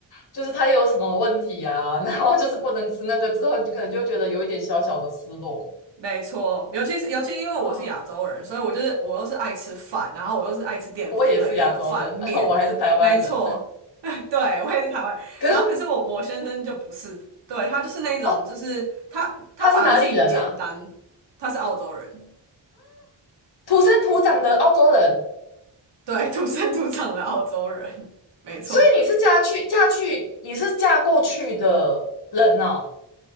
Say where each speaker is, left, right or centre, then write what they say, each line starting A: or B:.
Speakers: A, on the left; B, on the right.
A: 就是他有什么问题啊，<laughs> 然后就是不能吃那个之后，你就可能就觉得有一点小小的失落
B: 没错，尤其是尤其因为我是亚洲人，
A: 啊。
B: 所以我就是我又是爱吃饭，然后我又是爱吃淀粉类那种饭面，
A: 我也是亚洲人，<laughs> 我还是台湾人，
B: 没错，<laughs> 对，我也是台湾人。
A: 可是
B: 然后可是我我先生就不是，对，他就是那种就是他他反而是简单，
A: 哦，他是哪里人啊？
B: 他是澳洲人，
A: 土生土长的澳洲人，
B: 对，土生土长的澳洲人，没错。
A: 所以你是嫁去嫁去，你是嫁过去的人哦。